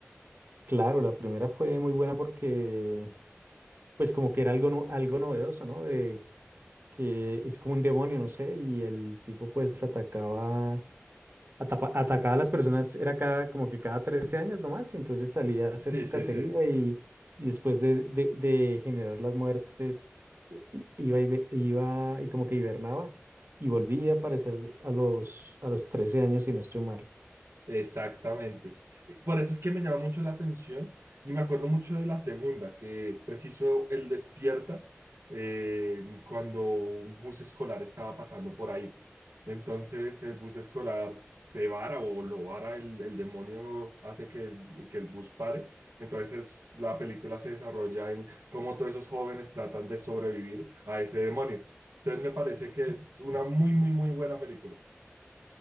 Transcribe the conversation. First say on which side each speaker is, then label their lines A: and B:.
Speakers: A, on the right; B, on the right.
A: Claro, la primera fue muy buena porque pues como que era algo, no- algo novedoso, ¿no? De que es como un demonio, no sé, y el tipo pues atacaba atapa- atacaba a las personas, era cada, como que cada 13 años nomás, y entonces salía a
B: Sí,
A: hacer su
B: sí,
A: cacería
B: sí.
A: y, y después de, de- de generar las muertes, i- i- iba y, ve- iba y como que hibernaba y volvía a aparecer a los, a los 13 años, si no estoy mal.
B: Exactamente. Por eso es que me llama mucho la atención y me acuerdo mucho de la segunda, que preciso el despierta eh, cuando un bus escolar estaba pasando por ahí. Entonces el bus escolar se vara o lo vara, el, el demonio hace que el, que el bus pare. Entonces la película se desarrolla en cómo todos esos jóvenes tratan de sobrevivir a ese demonio. Entonces me parece que es una muy, muy, muy buena película.